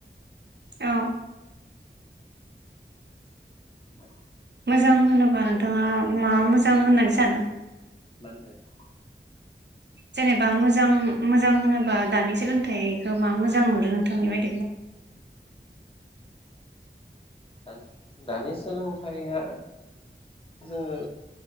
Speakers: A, on the right; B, on the left.
A: औ
B: <unintelligible>
A: मोजां
B: सोलोंथाइ
A: होनोबा
B: बेफोरबायदि
A: नोंथाङा
B: जालांबाय
A: मा
B: दा
A: मोजां
B: जोंनि
A: होननानै सानो?
B: मा होनदो
A: जेनेबा मोजां मोजां होनोबा दानि सोलोंथाइखौ मा मोजां नुदों नोंथांनि बायदिब्ला
B: दानि दानि सोलोंथाइया जोङो